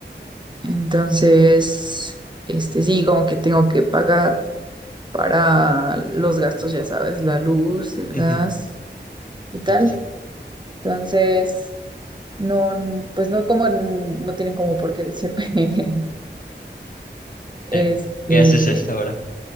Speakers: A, on the right; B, on the left.
A: Entonces, este, sí, como que tengo que pagar para los gastos, ya sabes, la luz, el
B: Ujú.
A: gas
B: Mm,
A: y tal.
B: No, sí.
A: Entonces, no, pues no como, no tienen como por qué decirme, <laughs> este,
B: Eh, ¿qué haces a esta hora?